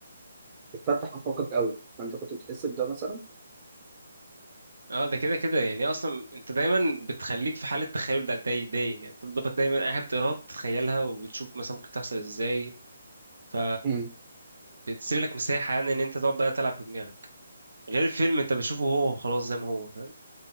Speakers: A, on the right; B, on the right.
A: بتفتح افاقك قوي فانت كنت بتحس بده مثلا
B: اه ده كده كده يعني اصلا انت دايما بتخليك في حالة تخيل ده داي دايم يعني انت بتبقى دايما اي حاجة بتقراها بتتخيلها وبتشوف مثلا ممكن تحصل ازاي ف
A: امم
B: بتسيب لك مساحه يعني ان انت تقعد بقى تلعب بدماغك غير الفيلم انت بتشوفه هو خلاص زي ما هو فاهم